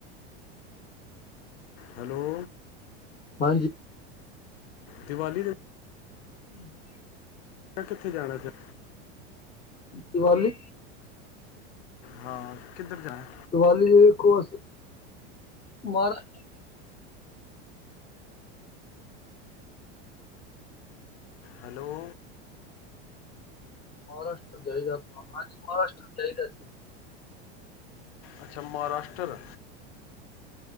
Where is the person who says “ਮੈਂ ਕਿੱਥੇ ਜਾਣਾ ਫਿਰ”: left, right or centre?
Left